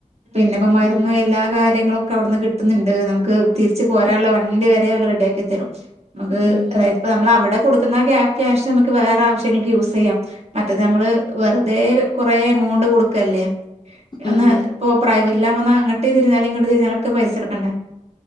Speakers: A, on the right (about 55°); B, on the left (about 35°).
A: പിന്നെയിപ്പം മരുന്ന്
B: ഉം
A: എല്ലാ കാര്യങ്ങളുമൊക്കെ അവിടുന്ന് കി ട്ടുന്നുണ്ട് നമുക്ക് തിരിച്ചു പോരാനുള്ള വണ്ടി വരെ ഓല് റെഡിയാക്കിത്തരും നമുക്ക്
B: ഉം
A: അതായത് ഇപ്പ നമ്മൾ അവിടെ കൊടുക്കുന്ന ക്യാഷ് നമുക്ക് വേറെ ആവശ്യങ്ങക്ക് യൂസ് ചെയ്യാം മറ്റത് നമ്മള് വെറുതെ കൊറെ എമൗണ്ട് കൊടുക്കല്ലേ ഒന്ന്
B: ഉം
A: <unintelligible> അങ്ങട്ട്തിരിഞ്ഞലും ഇങ്ങട്ട് തിരിഞ്ഞാലൊക്കെ പൈസ എടുക്കണ്ടേ